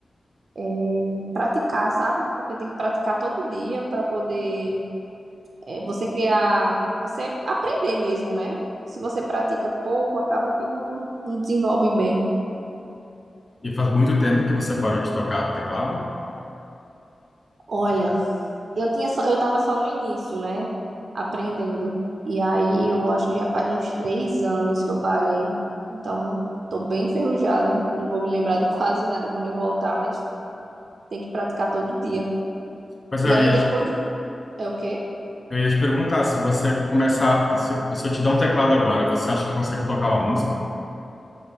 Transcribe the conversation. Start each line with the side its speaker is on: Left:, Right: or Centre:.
Right: eh, praticar, sabe? Porque tem que praticar todo dia para poder eh, você criar, você aprender mesmo, né? Se você pratica pouco, acaba que não, não desenvolve bem.
Left: E faz muito tempo que você parou de tocar teclado.
Right: Olha, eu tinha só, eu tava só no início, né? Aprendendo. E aí eu acho que já faz uns três anos que eu parei. Então, tô bem enferrujada. Não vou me lembrar de <laughs> quase nada quando eu voltar, mas tem que praticar todo dia.
Left: Mas
Right: E
Left: eu
Right: aí
Left: ia,
Right: depois
Left: te-
Right: é o quê?
Left: eu ia te perguntar se você começar, se, se eu te dar um teclado agora, você acha que consegue tocar uma música?